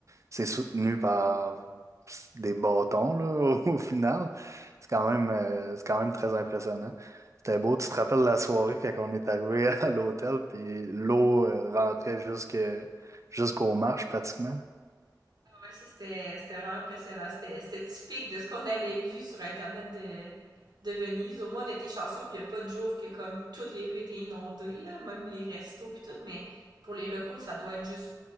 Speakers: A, on the right; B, on the right.
A: C'est soutenu par des bâtons, là, <laughs> au, au final. C'est quand même, euh, c'est quand même très impressionnant. C'était beau. Tu te rappelles la soirée quand on est arrivé <laughs> à l'hôtel, puis l'eau euh, rentrait jusque, jusqu'aux marches pratiquement.
B: Ah ouais, ça c'était c'était vraiment impressionnant. C'était c'était typique de ce qu'on avait vu sur Internet de, de Venise. Au moins on était chanceux puis il n'y a pas de jour que comme toutes les rues étaient inondées, là, même les restos puis tout, mais pour les locaux, ça doit être juste